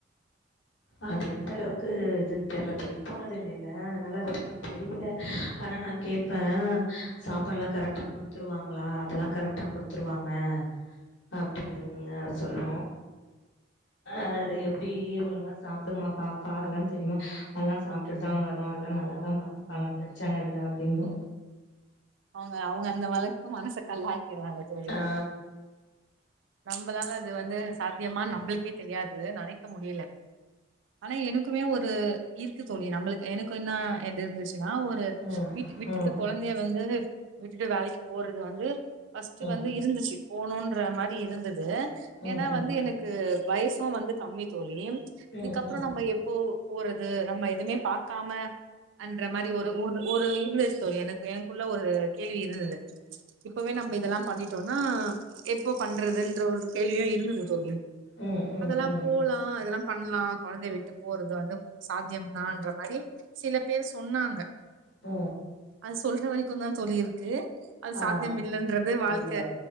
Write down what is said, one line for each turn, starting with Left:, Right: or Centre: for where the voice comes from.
Left: அது எந்த அளவுக்கு இதுன் தெர்ல தோழி போனதில்லைல அதனால அத பத்தி தெரியல ஆனா நா கேட்பே சாப்பாட்லா கரெக்டா குடுத்துருவாங்ளா அதெல்லா கரெக்டா குடுத்துருவாங்க அப்டிங்குங்க சொல்லுவோ அது எப்டி ஒழுங்கா சாப்டுமா பாப்பா அதெல்லா தெரியுமா நல்லா சாப்ட்டுட்டுதா வருவால நல்லாதா பாத் துப்பாங்க ப்ரச்சன இல்லை அப்டிங்கு
Right: அவுங்க அவுங்க அந்த மனச மனச கல்லாக்கிறாங்க தோழி
Left: ஆ
Right: நம்பளால அது வந்து சாத்தியமா நம்ளுக்கே தெரியாது நனைக்க முடில ஆனா எனக்குமே ஒரு இருக்கு தோழி நம்ளுக்கு எனக்கு என்ன எது இருந்துச்சுன்னா ஒரு டு
Left: ம்
Right: விட் விட்டுட்டு
Left: ம்
Right: குழந்தைய வந்து விட்டுட்டு வேலைக்கு போறது வந்து ஃபஸ்ட்டு
Left: ம்
Right: வந்து இருந்துச்சு போணுன்ற மாரி இருந்தது
Left: ம்
Right: எனா
Left: ம்
Right: வந்து எனக் கு வய்சு வந்து கம்மி தோழி
Left: ம்
Right: இதுக்கப்புறோ
Left: ம்
Right: நம்ம எப்போ போறது நம்ம எதுமே பாக்காம அன்ற மாரி ஒரு ஒரு ஒரு இருந்துச்சு தோழி எனக்கு எனக்குள்ள ஒரு கேள்வி இருந்தது இப்பவே நம்ம இதல்லா பண்ணிட்டோனா எப்போ பண்றதுன்ற ஒரு கேள்வியு இருந்தது தோழி
Left: ம் ம்
Right: அதல்லா
Left: ம்
Right: போலா இதெல்லா பண்ணலா கொழந்தைய விட்டு போறது வந்து சாத்தியம்தான்ற மாரி சில பேர் சொன்னாங்க
Left: அ
Right: அது சொல்ற வரிக்குதா தோழி இருக்கு அது
Left: ஆ
Right: சாத்தியம் இல்லன்றது வாழ்க்க
Left: இல்ல